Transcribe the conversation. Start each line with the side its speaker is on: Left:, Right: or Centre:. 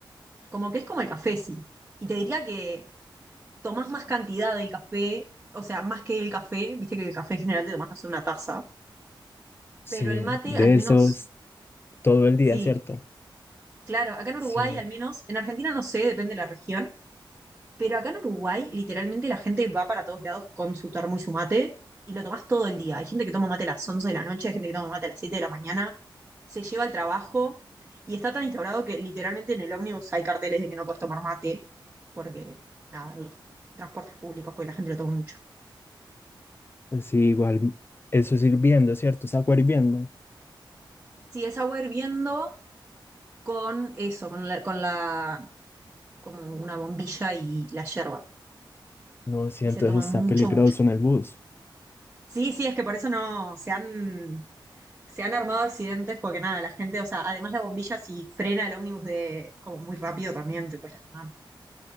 Right: Como que es como el café, sí. Y te diría que tomás más cantidad del café, o sea, más que el café, viste que el café en general te tomás, no sé, una taza,
Left: Sí,
Right: pero el mate
Left: de
Right: al menos,
Left: eso es todo el día,
Right: sí,
Left: ¿cierto?
Right: claro, acá en Uruguay
Left: Sí,
Right: al menos, en Argentina no sé, depende de la región, Pero acá en Uruguay, literalmente la gente va para todos lados con su termo y su mate y lo tomás todo el día. Hay gente que toma mate a las 11 de la noche, hay gente que toma mate a las 7 de la mañana, se lleva al trabajo y está tan instaurado que literalmente en el ómnibus hay carteles de que no puedes tomar mate porque, nada, en los transportes públicos, porque la gente lo toma mucho.
Left: pues sí, igual eso es hirviendo, ¿cierto? Es agua hirviendo.
Right: Sí, es agua hirviendo con eso, con la, con la, como una bombilla y la yerba.
Left: No, sí,
Right: Y
Left: entonces
Right: se toma mucho,
Left: está peligroso
Right: mucho.
Left: en el bus.
Right: Sí, sí, es que por eso no se han se han armado accidentes porque nada, la gente, o sea, además la bombilla si frena el ómnibus de como muy rápido también te puedes lastimar.